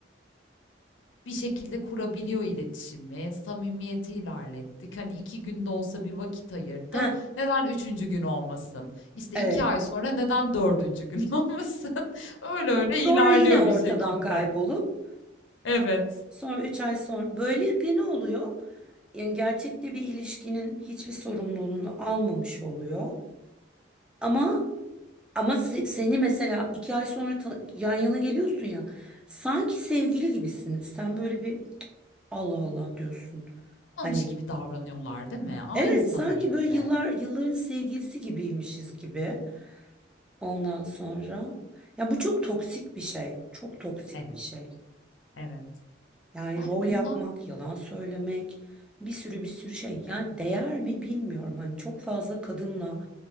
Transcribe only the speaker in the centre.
Ha,
evet.
Sonra yine ortadan
kaybolup
sonra 3 ay sonra böylelikle ne oluyor? Yani gerçekte bir ilişkinin hiçbir sorumluluğunu almamış oluyor. Ama ama se- seni mesela 2 ay sonra ta- yan yana geliyorsun ya. Sanki sevgili gibisiniz. Sen böyle bir Allah Allah diyorsun.
Hani
Evet
sanki böyle yıllar yılların sevgilisi gibiymişiz gibi. Ondan sonra ya bu çok toksik bir şey. Çok toksik
bir şey.
Yani
rol
yapmak, yalan söylemek, bir sürü bir sürü şey. Yani değer mi bilmiyorum. Hani çok fazla kadınla